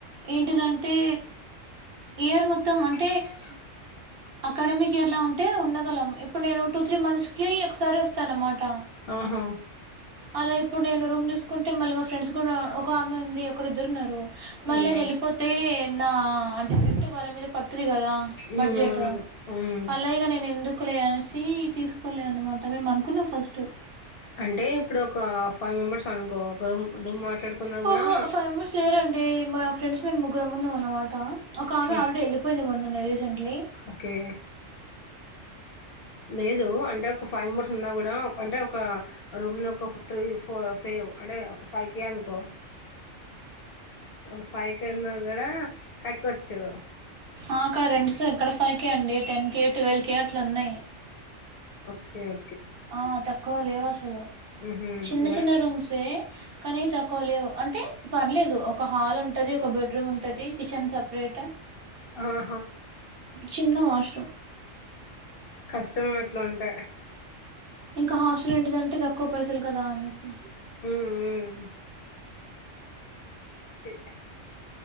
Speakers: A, on the right; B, on the left.
A: ఏంటిదంటే ఇయర్ మోత్తం అన్
B: అత్తా
A: అకాడమిక్ ఇయర్ లా ఉంటే ఉండగలం ఇప్పుడు నేను టూ త్రీ మంత్స్కి ఒకసారి వస్తా అన్నమాట
B: ఆహా
A: అలా ఇప్పుడు నేను రూమ్ తీసుకుంటే మళ్ళీ మా ఫ్రెండ్స్ కూడా ఒక ఆమ్మె ఉంది ఒకరు ఇద్దరు ఉన్నారు మళ్ళీ
B: ఇగ
A: నేన్ వెళ్ళిపోతే నా అంటే రెంట్ వాళ్ళ మీద పడతాది కదా
B: మ్మ్
A: బడ్జెట్
B: అవును మ్మ్
A: అలాగె నేను ఎందుకులె అనేసి తీసుకోలే అన్నమాట మేము అనుకున్నాం ఫస్ట్
B: అంటే ఇప్పుడు ఒక ఫైవ్ మెంబర్స్ అనుకో ఒక రూమ్ రూమ్ మట్ అనుకున్న కూడా
A: ఆహా! ఫైవ్ మెంబర్స్ లేరండి మా ఫ్రెండ్స్ మేము ముగ్గురు ఉన్నాం అన్నమాట ఒక ఆమె
B: ఉమ్,
A: ఆల్రెడీ వెళ్ళిపోయింది మొన్ననె రీసెంట్లీ
B: ఓకే లేదు అంటే ఒక ఫైవ్ మెంబర్స్ ఉన్నా కూడా అంటే ఒక రూమ్ ను ఒక త్రీ ఫో ఫేవ్ అంటే ఒక ఫైవ్ కే అనుకో <inaudible> ఒక ఉన్నా గూడా కట్టుకోవచ్చు.
A: అక్కడ రెండ్స్ ఎక్కడ పైకే అండి టెన్ కి ట్వెల్వ్ కి అట్లు ఉన్నాయి
B: ఓకే ఓ
A: ఆ తక్కువ లేవు అసలు
B: హుహు.
A: చిన్న
B: న
A: చిన్న రూమ్సే కానీ తక్కువ లేవు అంటే పర్లేదు ఒక హాల్ ఉంటది ఒక బెడ్రూమ్ ఉంటది కిచెన్ సపరేట్
B: ఆ
A: చిన్న వాష్రూమ్
B: కష్టం అట్లుంటే
A: ఇంకా హాస్టల్ ఏంటిదంటే తక్కువ పైసలు కదా అనేసి
B: ఉహ్ ఉమ్ చి